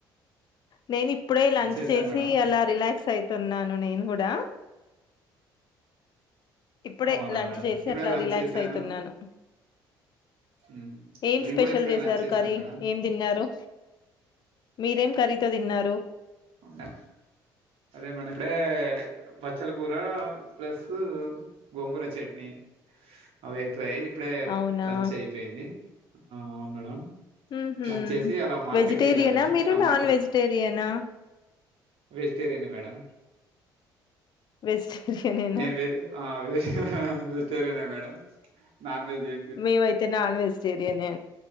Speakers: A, on the left; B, on the right.
A: నేను ఇప్పుడే లంచ్
B: చేసాం
A: చేసి
B: మేడం
A: అలా రిలాక్స్ అయితున్నాను నేను గూడా ఇప్పుడే
B: అవునా
A: లంచ్
B: మేడం
A: చేసి
B: ఇప్పుడే
A: అట్లా
B: లంచ్
A: రిలాక్స్
B: చేశాను
A: అయితున్నాను
B: ఉమ్,
A: ఏం
B: నేను
A: స్పెషల్
B: కూడా ఇప్పుడే
A: జేసారు
B: లంచ్ చేశాను
A: కర్రి
B: మేడం
A: ఏం దిన్నారు మీరేం కర్రి తో తిన్నారు
B: మ్ అదే మేడం ఇప్పుడే బచ్చల కూర ప్లస్ గోంగూర చట్నీ అవి అయిపోయాయి ఇప్పుడే
A: అవునా
B: లంచ్ అయిపోయింది ఆ అవును మేడం
A: ఉహు
B: లంచేసి అలా మార్కెట్కి
A: వెజిటేరియనా
B: ఎళ్ళాను
A: మీరు
B: టమాటాస్
A: నాన్ వెజిటేరియనా
B: వెజిటేరియన్ మేడం
A: వెజిటేరియనేనా
B: నేను వెజ్ ఆ వెజ్ హ హ వెజిటేరియన్ ఏ మేడం నాన్ వెజ్ ఏ
A: మేమ అయితే నాన్ వెజిటేరియన్ ఏ